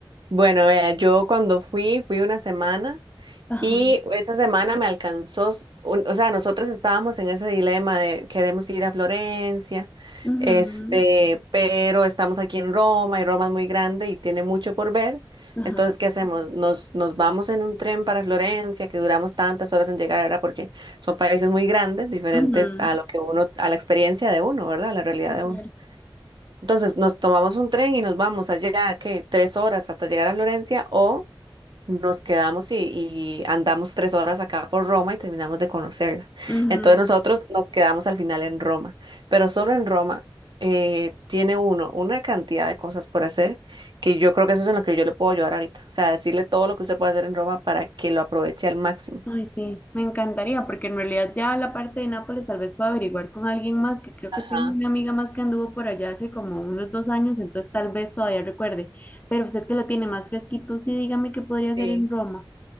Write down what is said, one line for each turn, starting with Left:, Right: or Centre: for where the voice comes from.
Right: Bueno, vea, yo cuando fui, fui una semana.
Left: Ajá,
Right: Y esa semana me alcanzó, un- o sea, nosotros estábamos en ese dilema de queremos ir a Florencia,
Left: Ujú,
Right: este, pero estamos aquí en Roma y Roma es muy grande y tiene mucho por ver.
Left: ajá,
Right: Entonces, ¿qué hacemos? Nos, nos vamos en un tren para Florencia, que duramos tantas horas en llegar, ¿verdad? Porque son países muy grandes, diferentes
Left: ujú,
Right: a lo que uno, a la experiencia de uno, ¿verdad? A la realidad
Left: sí,
Right: de
Left: claro.
Right: uno. Entonces nos tomamos un tren y nos vamos allá, ¿qué? Tres horas hasta llegar a Florencia o nos quedamos y, y andamos tres horas acá por Roma y terminamos de conocerla.
Left: ujú.
Right: Entonces nosotros nos quedamos al final en Roma, pero solo en Roma eh, tiene uno una cantidad de cosas por hacer que yo creo que eso es en lo que yo le puedo ayudar ahorita. O sea, decirle todo lo que usted puede hacer en Roma para que lo aproveche al máximo.
Left: Ay, sí, me encantaría, porque en realidad ya la parte de Nápoles tal vez pueda averiguar con alguien más, que creo
Right: Ajá,
Left: que tengo una amiga más que anduvo por allá hace como unos dos años, entonces tal vez todavía recuerde. Pero usted que lo tiene más fresquito, sí, dígame qué podría hacer
Right: sí.
Left: en Roma.